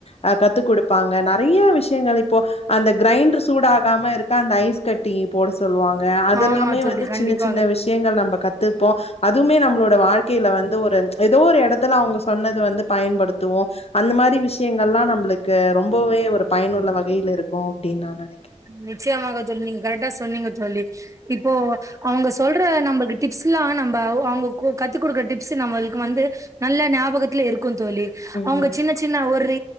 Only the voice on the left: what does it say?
ஆ கத்து குடுப்பாங்க நறைய விஷயங்கள் இப்போ அந்த கிரைண்டர் சூடாகாம இருக்க அந்த ஐஸ் கட்டி போட சொல்லுவாங்க ங்க அதெல்லாமே
வந்து
சின்ன சின்ன விஷயங்கள் நம்ம கத்துருப்போ அதுவுமே நம்மளோட வாழ்க்கையில வந்து ஒரு ஏதோ ஒரு எடத்துல அவங்க சொன்னது வந்து பயன்படுத்துவோ அந்த மாரி விஷயங்கல்லா நம்மளுக்கு ரொம்பவே ஒரு பயனுள்ள வகையில இருக்கும் அப்டின்னாங்க
ம்